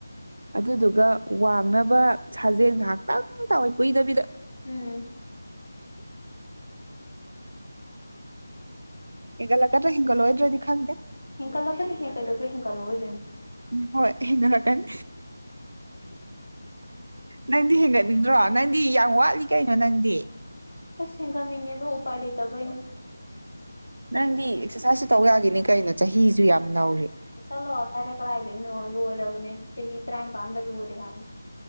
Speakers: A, on the right (about 65°); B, on the left (about 85°).
A: ꯑꯗꯨꯗꯨꯒ ꯋꯥꯡꯅꯕ ꯁꯥꯖꯦꯜ ꯉꯥꯏꯍꯥꯛꯇꯪ ꯇꯧꯋꯦ ꯀꯨꯏꯗꯕꯤꯗ
B: ꯎꯝ
A: ꯍꯦꯟꯒꯠꯂꯛꯀꯥꯗ꯭ꯔꯥ ꯍꯦꯟꯒꯠꯂꯣꯏꯗ꯭ꯔꯥꯗꯤ ꯈꯪꯗꯦ
B: ꯍꯦꯟꯀꯠꯂꯛꯀꯥꯅꯤꯍꯦ ꯀꯩꯗꯧꯕꯩ ꯍꯦꯟꯒꯠꯂꯥꯑꯣꯏꯗꯣꯏꯅꯣ
A: ꯎꯝ ꯍꯣꯏ ꯍꯦꯟꯒꯠꯂꯛꯀꯥꯅꯤ ꯅꯪꯗꯤ ꯍꯦꯟꯒꯠꯅꯤꯡꯗ꯭ꯔꯣ ꯅꯪꯗꯤ ꯌꯥꯝ ꯋꯥꯠꯂꯤ ꯀꯩꯅꯣ ꯅꯪꯗꯤ
B: ꯑꯁ ꯍꯦꯟꯒꯟꯅꯤꯡꯉꯦꯗꯣ ꯎꯄꯥꯏ ꯂꯩꯇꯕꯩꯅꯤ
A: ꯅꯪꯗꯤ ꯑꯦꯛꯁꯔꯁꯥꯏꯁꯁꯨ ꯇꯧ ꯌꯥꯒꯤꯅꯤ ꯀꯩꯅꯣ ꯆꯍꯤꯖꯨ ꯌꯥꯝ ꯅꯧꯔꯤ
B: ꯆꯂꯣ ꯑꯁꯥꯏꯗ ꯀꯔꯥꯏꯗꯩꯅꯣ ꯂꯣꯏꯔꯕꯅꯤ ꯆꯍꯤ ꯇꯔꯥꯅꯤꯄꯥꯟꯗ ꯂꯣꯏꯔꯦ ꯍꯥꯏꯕꯅꯤ